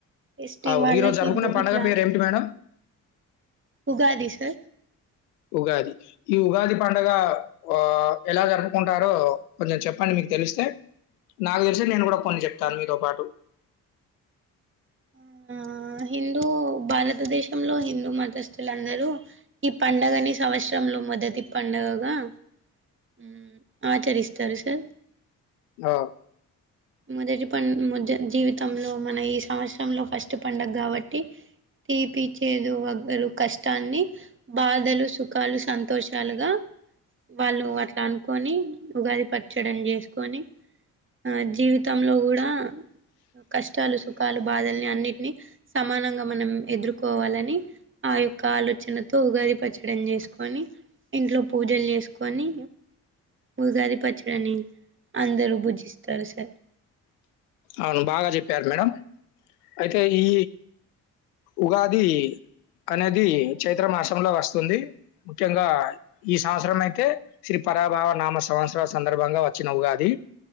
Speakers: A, on the right (about 25°); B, on the left (about 80°).
A: ఎస్టీ
B: అవును.
A: వాళ్ళకి
B: ఈరోజు జరుపుకునే పండగ
A: ఇట్లా
B: పేరేంటి మేడం?
A: ఉగాది సార్
B: ఉగాది. ఈ ఉగాది పండగ ఆ ఎలా జరుపుకుంటారో కొంచెం చెప్పండి. మీకు తెలిస్తే నాకు తెలిసి నేను కూడా కొన్ని చెప్తాను మీతో పాటు.
A: ఆ హిందూ భారతదేశంలో హిందూ మతస్థులందరూ ఈ పండగని సంవత్సరంలో మొదటి పండగగా హు ఆచరిస్తారు సార్.
B: ఆ
A: మొదటి పన్ ము జీవితంలో మన ఈ సమస్య లో ఫస్ట్ పండుగ కాబట్టి తీపి చేదు వగరు కష్టాన్ని బాధలు, సుఖాలు సంతోషాలుగా వాళ్ళు అట్లా అనుకొని ఉగాది పచ్చడి చేసుకొని, ఆ జీవితంలో కూడా కష్టాలు సుఖాలు బాధల్ని అన్నిటిని సమానంగా మనం ఎదుర్కోవాలని ఆ యొక్క ఆలోచనతో ఉగాది పచ్చడిని చేసుకొని ఇంట్లో పూజలు చేసుకొని ఉగాది పచ్చడన్ని అందరూ పూజిస్తారు సార్.
B: అవును బాగా చెప్పారు మేడం అయితే ఈ ఉగాది అనేది చైత్ర మాసంలో వస్తుంది. ముఖ్యంగా ఈ సంవత్సరం అయితే శ్రీ పరాభావ నామ సంవత్సరం సందర్భంగా వచ్చిన ఉగాది.